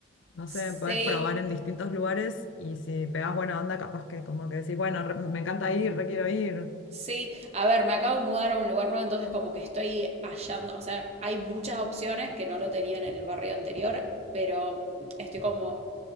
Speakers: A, on the left (about 80°); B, on the right (about 35°).
A: No
B: Sí,
A: sé, podés probar en distintos lugares y si pegás buena onda, capaz que como que decís, bueno, re- me encanta ir, re quiero ir.
B: Sí, a ver, me acabo de mudar a un lugar nuevo, entonces como que estoy hallando, o sea, hay muchas opciones que no lo tenía en el barrio anterior, pero mm, estoy como